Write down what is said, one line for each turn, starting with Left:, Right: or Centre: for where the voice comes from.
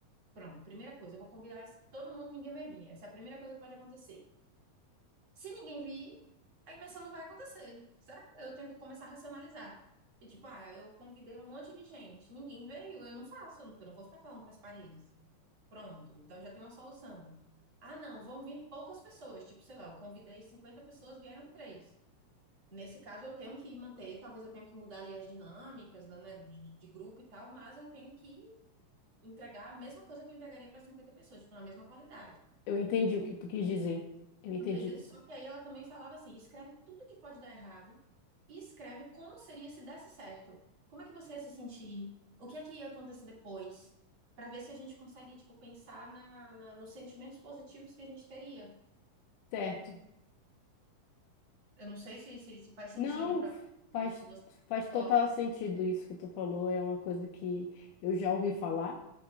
Right: Pronto, primeira coisa, eu vou convidar esse- todo mundo, ninguém vai vir. Essa é a primeira coisa que pode acontecer. Se ninguém vir, a imersão não vai acontecer, certo? Eu tento começar a racionalizar. E tipo, ah, eu convidei um monte de gente, ninguém veio, eu não faço, eu não eu não vou ficar falando para as paredes. Pronto, então já tem uma solução. Ah, não, vão vir poucas pessoas, tipo, sei lá, eu convidei 50 pessoas, vieram três. Nesse caso, eu tenho que manter, talvez eu tenha que mudar ali as dinâmicas, né, de, de grupo e tal, mas eu tenho que entregar a mesma coisa que eu entregaria para 50 pessoas, tipo, na mesma qualidade.
Left: Eu entendi o que tu quis dizer. Eu entendi.
Right: Entendeu? Só que aí ela também falava assim: escreve tudo que pode dar errado e escreve como seria se desse certo. Como é que você ia se sentir? O que é que ia acontecer depois? Para ver se a gente consegue, tipo, pensar na, na- nos sentimentos positivos que a gente teria.
Left: Certo.
Right: Eu não sei se, se, se faz sentido
Left: Não,
Right: para você,
Left: faz,
Right: ou se você
Left: faz
Right: perguntou
Left: total
Right: algo.
Left: sentido isso que tu falou. É uma coisa que eu já ouvi falar.